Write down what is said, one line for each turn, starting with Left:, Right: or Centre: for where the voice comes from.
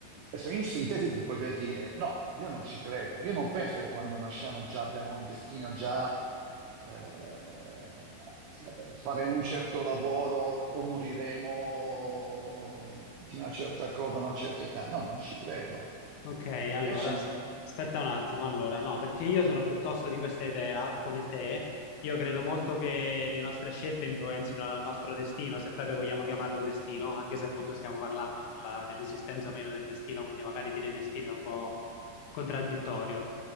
Right: adesso in sintesi ti potrei dire, no, io non ci credo, io non penso che quando nasciamo già abbiamo un destino, già eh, faremo un certo lavoro o moriremo di una certa cosa a una certa età. No, non ci credo.
Left: ok,
Right: Invece,
Left: allora s- aspetta un attimo, allora no, perché io sono piuttosto di questa idea, come te, io credo molto che le nostre scelte influenzino il nostro destino, se proprio vogliamo chiamarlo destino, anche se appunto stiamo parlando sulla- dell'esistenza o meno del destino, quindi magari dire destino è un po' contraddittorio.